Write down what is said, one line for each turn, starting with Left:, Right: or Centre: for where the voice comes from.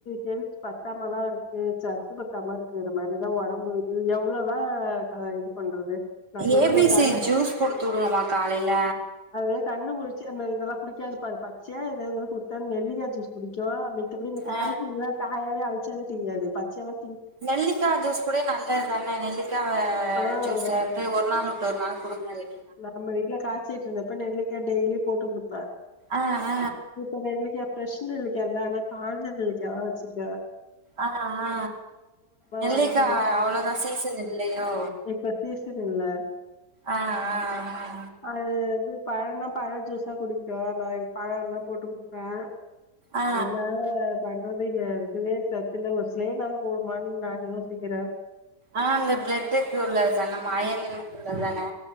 Left: ஹெல்த்து பத்தாமதா இருக்கு சத்து ப த்தமா இருக்குற மாரிதா ஒடம்பு எவ்ளோதா நாக இது பண்றது நா சொல்லுவ
Right: ஏ பி
Left: கண்ண
Right: சி ஜூஸ் குடுத்து விடுங்கம்மா காலையில
Left: அது கண்ணுமுழிச்சு அந்த இதெல்லா குடிக்காதுப்பா அது பச்சையா எதாவது குடுத்தா நெல்லிக்கா ஜூஸ் குடிக்கு மத்தபடி இந்த காய்கறிலா
Right: ஆ
Left: காயாவே அவிச்சாலு திங்காது பச்சையாளா
Right: நெல்லிக்காய் ஜூஸ் கூட நல்லது தானே நெல்லிக்காய்
Left: ஆ.
Right: ஜூஸ் வந்து ஒரு நாள் விட்டு ஒரு நாள் கொடுங்க இல்லாட்டி
Left: நம்ம வீட்டல காய்சிட்டு இருந்தப்ப நெல்லிக்காய் டெய்லி போட்டு குடுப்பேன்
Right: ஆ ஆ
Left: இப்ப நெல்லிக்காய் பிரெஷ் நெல்லிக்காஇல்ல ஆனா காஞ்ச நெல்லிக்கா தான் வச்சிருக்க
Right: ஆ ஆ அ நெல்லைக்கா
Left: வாங்கிட்டு வந்தே
Right: அவ்ளோதான் சீசன் இல்லையோ
Left: இப்ப சீசன் இல்ல
Right: ஆ ஆ ஆ
Left: அது இது பழம்னா பழம் ஜூஸா குடிப்பேன் நான் பழம்ல்லாம் போட்டு குடிப்பேன்
Right: ஆ ஆ
Left: எல்லாரும் பண்றது எதுவே சத்துல ஒரு சில நாள் போ ம ந யோசிக்கிறேன்
Right: ஆ அந்த பிளட்டுக்கு உள்ளதுதானே அயனுக்கு உள்ளதுதானே